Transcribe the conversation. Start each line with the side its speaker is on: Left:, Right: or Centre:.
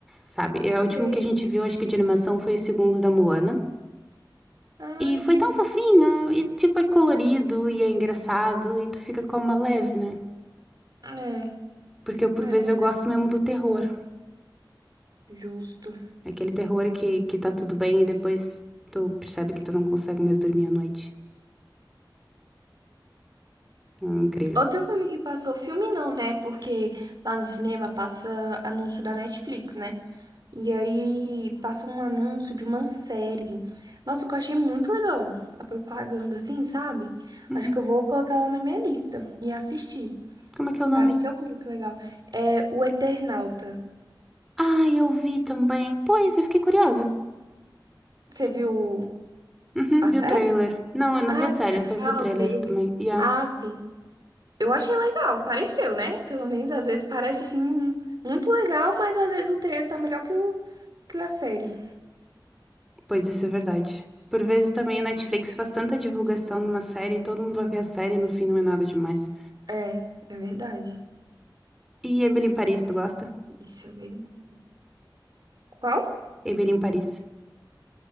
Centre: sabe? E o último
Right: Sei.
Centre: que a gente viu, acho que de animação, foi o segundo da Moana.
Right: Ah,
Centre: E
Right: sim.
Centre: foi tão fofinho, e tipo, é colorido e é engraçado, e tu fica com uma leve, né?
Right: É,
Centre: Porque eu,
Right: é
Centre: por vezes
Right: verdade.
Centre: eu gosto mesmo do terror.
Right: Justo.
Centre: É Aquele terror que, que tá tudo bem e depois tu percebe que tu não consegue mais dormir à noite. É incrível.
Right: Outro filme que passou, filme não, né? Porque lá no cinema passa anúncio da Netflix, né? E aí passa um anúncio de uma série. Nossa, que eu achei muito legal a propaganda, assim, sabe?
Centre: Uhum.
Right: Acho que eu vou colocar ela na minha lista e assistir.
Centre: Como é que é o
Right: Pareceu
Centre: nome?
Right: muito legal. É O Eternauta.
Centre: Ah, eu vi também. Pois, eu fiquei curiosa.
Right: Você viu
Centre: Uhum,
Right: a
Centre: vi
Right: série?
Centre: o trailer. Não, eu não
Right: Ah,
Centre: vi a série, eu só
Right: tá,
Centre: vi o trailer
Right: o trailer.
Centre: também. Yeah.
Right: Ah, sim. Eu achei legal, pareceu, né? Pelo menos às vezes parece assim muito legal, mas às vezes o trailer tá melhor que, o, que a série.
Centre: Pois isso é verdade. Por vezes também o Netflix faz tanta divulgação numa série, todo mundo vai ver a série e no fim não é nada demais.
Right: É, é verdade.
Centre: E Emily em Paris, tu gosta?
Right: Isso é verdade. Qual?
Centre: Eber em Paris.